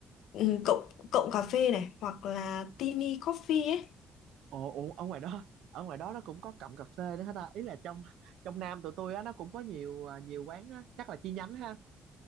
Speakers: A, on the left; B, on the right.
A: ừ, cộng cộng cà phê này hoặc là Tini Coffee ấy
B: ồ ồ, ở ngoài đó ở ngoài đó nó cũng có cọng cà phê nữa hả ta ý là trong trong Nam tụi tôi á nó cũng có nhiều ờ, nhiều quán á chắc là chi nhánh ha